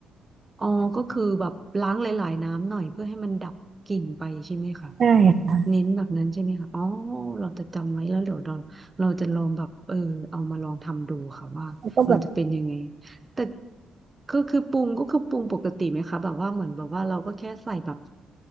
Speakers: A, on the right (about 20°); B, on the right (about 45°).
A: อ๋อก็คือแบบล้างหลายๆน้ำหน่อยเพื่อให้มันดับกลิ่นไปใช่ไหมคะ
B: ใช่ค่ะ
A: เน้นแบบนั้นใช่ไหมคะอ๋อเราจะจำไว้แล้วเดี๋ยวเราเราจะลองแบบเออเอามาลองทำดูค่ะว่ามันจะเป็นยังไง
B: แล้วก็แบบ
A: แต่คือคือปรุงก็คือปรุงปกติไหมคะแบบว่าเหมือนแบบว่าเราก็แค่ใส่แบบ